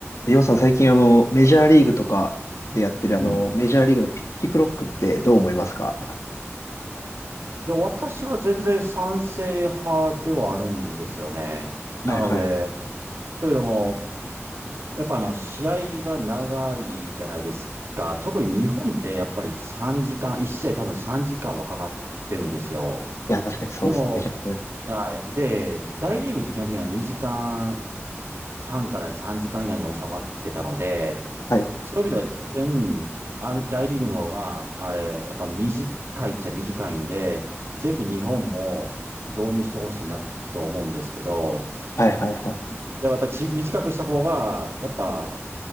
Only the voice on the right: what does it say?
うん。い
や、私は全然賛成派ではあるんですよね。なので、
というのも、やっぱあの、試合が長いじゃないですか。特に日本ってやっぱり3時間、1試合多分3時間はかかってるんですよ。
でも、
はい。で、大リーグって基本的には2時間半から3時間以内に収まってたので、
そういう意味では全然、あ、大リーグの方が、あれ、やっぱ短いっちゃ短いんで、ぜひ日本も導入してほしいなと思うんですけど、
でもやっぱりち短くした方が、やっぱ